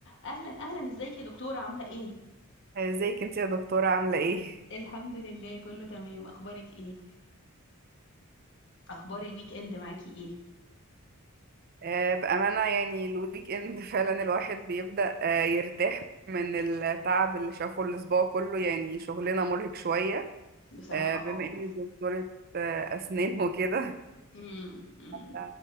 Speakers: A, on the left (about 55°); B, on the right (about 45°).
A: اهلا اهلا ازيك يا دكتورة عاملة ايه
B: آه، ازيك انت يا دكتورة عاملة ايه؟
A: الحمد لله كله تمام اخبارك ايه اخبار الويك اند معاكي ايه
B: آه، بأمانة يعني الويك اند <laughs> فعلا الواحد بيبدأ آه، يرتاح من التعب اللي شافه الأسبوع كله يعني شغلنا مرهق شوية
A: بصراحة
B: آه، بما
A: اه
B: اني دكتورة آه، أسنان وكده
A: امم أمم.
B: ف-